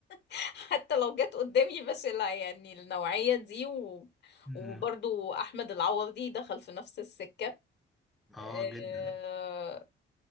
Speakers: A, on the left (about 60°); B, in the centre.
A: <laughs> حتى لو جت قدامي بس لا يعني النوعية دي و...
B: مم.
A: وبرضو احمد العوضي دخل في نفس السكة
B: اه
A: آه،
B: جدا